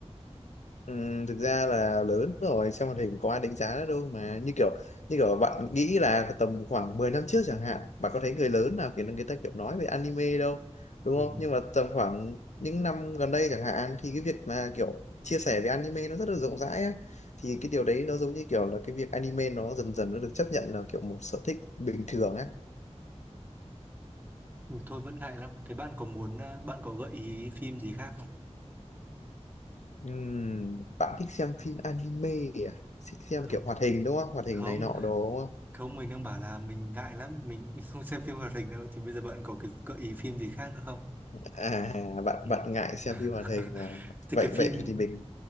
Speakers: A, on the left (about 80°); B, on the right (about 15°).
A: Ừm, thực ra là lớn rồi xem hoạt hình có ai đánh giá nó đâu mà như kiểu như kiểu bạn nghĩ là tầm khoảng 10 năm trước chẳng hạn bạn có thấy người lớn nào kiểu người ta kiểu nói về anime đâu đúng
B: Ừ.
A: không nhưng mà tầm khoảng những năm gần đây chẳng hạn thì cái việc mà kiểu chia sẻ về anime nó rất là rộng rãi á. thì cái điều đấy nó giống như kiểu là cái việc anime nó dần dần nó được chấp nhận là kiểu một sở thích bình thường á
B: Ừ, Thôi vẫn ngại lắm. Thế bạn có muốn, ờ, bạn có gợi ý phim gì khác không?
A: Ừm, bạn thích xem phim anime à thích xem
B: Không.
A: kiểu hoạt hình đúng không hoạt hình
B: Không,
A: này nọ đồ đúng
B: không mình đang bảo là mình ngại lắm, mình <laughs> không xem phim hoạt hình đâu. Thì bây giờ bạn có cái gợi ý phim gì khác nữa không?
A: à bạn
B: Ừ.
A: bạn ngại xem
B: <laughs>
A: phim hoạt hình à
B: Thì
A: vậy
B: cái phim...
A: vậy thì mình